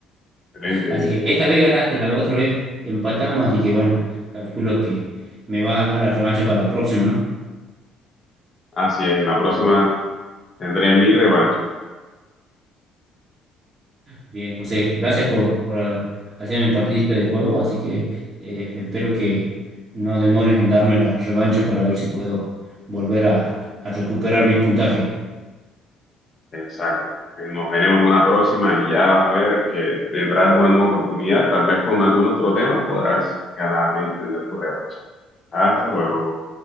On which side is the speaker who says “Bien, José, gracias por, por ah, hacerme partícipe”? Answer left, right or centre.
Right